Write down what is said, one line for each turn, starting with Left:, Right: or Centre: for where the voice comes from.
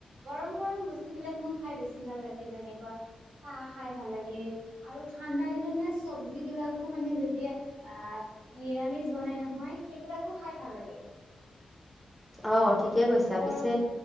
Right: গৰম গৰম বস্তু বিলাক মোৰ খাই বেছি ভাল লাগে যেনেকুৱা চাহ খাই ভাল লাগে আৰু ঠাণ্ডাৰ দিনত মানে চব্জিবিলাকো মানে যেতিয়া আ নিৰামিষ বনাই নহয় সেইবিলাকো খাই ভাল লাগে
Centre: অ ঠিকে কৈছা
Right: গৰ
Centre: পিছে